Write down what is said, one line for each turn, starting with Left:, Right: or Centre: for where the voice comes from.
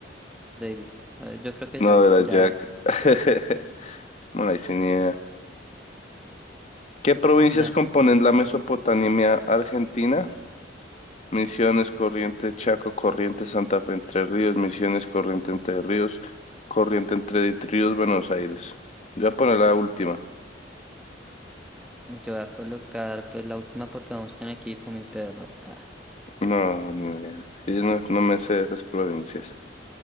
Centre: David. A ver, yo creo que
Left: No,
Centre: Joe,
Left: era
Centre: Jack.
Left: Jack. <laughs>
Centre: Ah,
Left: No, hay sin idea. ¿Qué provincias
Centre: Dale.
Left: componen la Mesopotamia Argentina? Misiones, Corrientes, Chaco, Corrientes, Santa Fe, Entre Ríos, Misiones, Corrientes, Entre Ríos, Corrientes, Entre Ríos, Buenos Aires. Yo voy a poner la última.
Centre: Yo voy a colocar pues la última porque vamos en equipo, mi perro. Ah.
Left: No, ni idea. Es que yo no, no me sé de esas provincias.